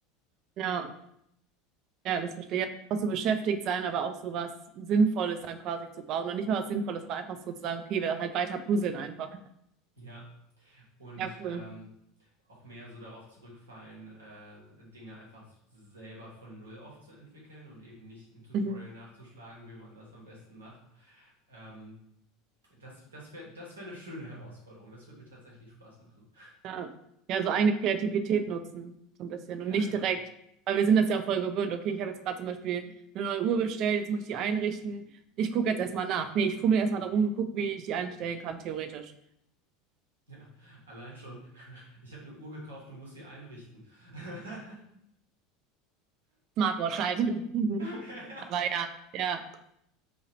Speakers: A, on the right (about 50°); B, on the right (about 85°).
A: Ja. Ja, das verstehe ich. Auch so beschäftigt sein, aber auch so was Sinnvolles dann quasi zu bauen. Und nicht mal was Sinnvolles, aber einfach so zu sagen, okay, wir halt weiter puzzeln einfach.
B: Ja, und
A: Ja, cool.
B: ähm, auch mehr so darauf zurückfallen, äh, Dinge einfach selber von Null auf zu entwickeln und eben nicht ein Tutorial
A: Mhm.
B: nachzuschlagen, wie man das am besten macht. Ähm, das das wäre das wär eine schöne Herausforderung. Das würde mir tatsächlich Spaß machen.
A: Ja. Ja, so eigene Kreativität nutzen, so ein bisschen.
B: Ja,
A: Und nicht
B: genau.
A: direkt, weil wir sind das ja auch voll gewöhnt. Okay, ich habe jetzt gerade zum Beispiel eine neue Uhr bestellt, jetzt muss ich die einrichten. Ich gucke jetzt erstmal nach. Nee, ich fummel erstmal darum und gucke, wie ich die einstellen kann, theoretisch.
B: Ja, allein schon, <laughs> ich habe eine Uhr gekauft und muss sie einrichten. <laughs>
A: Smartwatch halt.
B: <laughs> Ja,
A: <laughs>
B: ja.
A: Aber ja, ja,